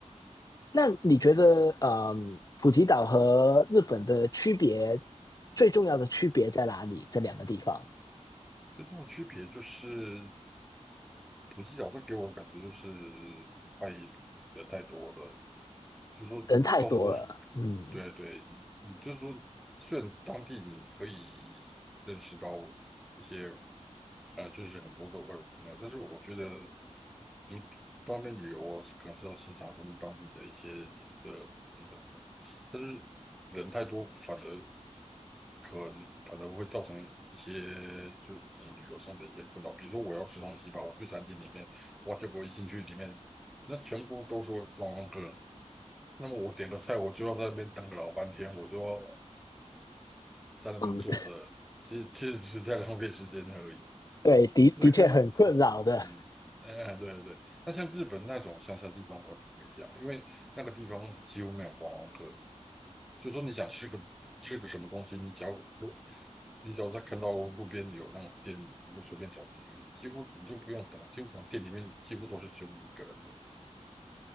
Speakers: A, on the left (about 30°); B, in the centre.
A: 那你觉得，嗯，普吉岛和日本的区别，最重要的区别在哪里？这两个地方
B: 最重要的区别就是普吉岛它给我感觉就是太人太多了，就是说到处都是，
A: 人太多了，嗯
B: 对对，你你就是说虽然当地你可以认识到一些呃，就是很多的外国朋友，但是我觉得你当面旅游啊可能是要欣赏他们当地的一些景色等等的，但是人太多反而。可能可能会造成一些就是我们旅游上的一些困扰。比如说我要吃东西吧，我去餐厅里面，哇，结果一进去里面，那全部都说观光客，那么我点个菜，我就要在那边等个老半天，我就要在那边坐着，
A: 嗯，<laughs>
B: 其实其实只是在浪费时间而已。
A: 对，的的确很困扰的
B: 那跟嗯，哎，对对对，那像日本那种乡下地方的话就不一样，因为那个地方几乎没有观光客，就说你想吃个吃个什么东西，你只要路，你只要在看到路边有那种店，你就随便走进去，几乎你就不用等，几乎可能店里面几乎都是只有你一个人的。